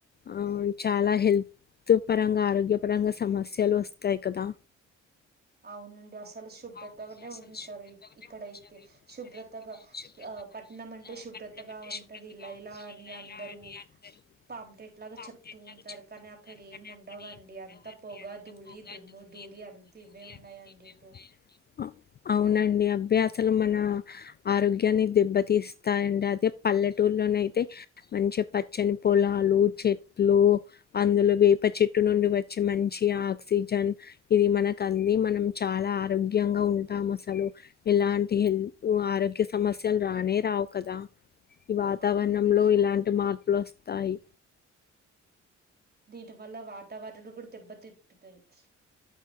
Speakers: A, on the left (about 35°); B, on the right (about 30°).
A: ఆ చాలా హెల్త్ పరంగా, ఆరోగ్య పరంగా సమస్యలు వస్తాయి కదా.
B: అవునండి అస్ తలు శుభ్రతగానే
A: అవునండి అసలు
B: ఉంచారు.
A: శుభ్రతగానే
B: ఇక్కడయితే
A: ఉంచారు
B: శుభ్రత
A: ఇక్కడైతే
B: తగ
A: శుభ్రతగా
B: ఆ పట్నం అంటే
A: ఆ,
B: శుభ్రత
A: పట్నం
B: కొత్తగా
A: అంటే
B: ఉంటది
A: శుభ్రతగా
B: లైలాన్
A: ఉంటది ఇలా
B: మీ అందరూ
A: ఇలా అని అందరూ
B: పాంపటేట్లాగా
A: పాంప్లెట్
B: చెప్తూ
A: లాగా
B: ఉంటారు.
A: చెప్తుంటారు
B: కానీ అక్కడ ఏం
A: కానీ
B: ఉండవండి
A: అక్కడ ఏమి ఉండవండి
B: అంత పొగ,
A: అంత
B: ధూలి,
A: పొగ
B: దుమ్ము,
A: ధూళి
B: ధూలి
A: దుమ్ము
B: అ
A: ధూళి
B: ఇవ్వే ఉన్నాయండి
A: అంతేనే
B: ఇటు
A: ఉన్నాయండి అ- అవునండి అవి అసలు మన ఆరోగ్యాన్ని దెబ్బతీస్తాయండి. అదే పల్లెటూరులోనే అయితే మంచి పచ్చని పొలాలు, చెట్లు అందులో వేప చెట్టు నుండి వచ్చే మంచి ఆక్సిజన్ ఇది మనకు అంది మనం చాలా ఆరోగ్యంగా ఉం తామసలు ఎలాంటి హెల్త్ ఆరోగ్య సమస్యలు రానే రావు కదా. ఈ వాతావరణంలో
B: అవునండి
A: ఇలాంటి మార్పులు వస్తాయి.
B: దీని వల్ల వాతావరణం కూడా దెబ్బతింటున్నా యి. స్